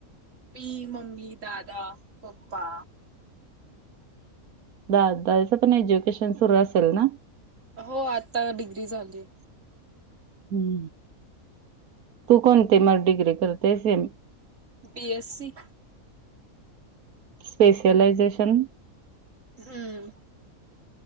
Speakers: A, on the right; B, on the right.
A: मी मम्मी दादा पप्पा
B: दादाचं पण एज्युकेशन सुरू असेल ना
A: हो आता डिग्री झाली.
B: हं तू कोणते मग डिग्री करते हे
A: बी एस सी
B: स्पेसलायझेशन
A: हं